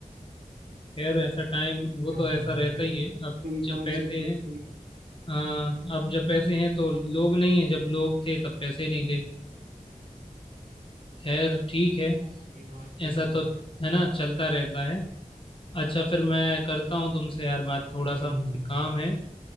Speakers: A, on the left; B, on the right.
A: खैर ऐसा टाइम वो
B: हाँ
A: तो ऐसा रहता ही है
B: कभी
A: अब जब
B: पांच
A: पैसे
B: रुपए
A: हैं
B: कभी-
A: हाँ अब जब पैसे हैं तो लोग नहीं है जब लोग थे तब पैसे नहीं थे खैर ठीक है
B: हाँ ये बात तो
A: ऐसा
B: है
A: तो है ना चलता रहता है अच्छा फिर मैं करता हूँ तुमसे यार बात थोड़ा
B: हम्म
A: सा मुझे काम है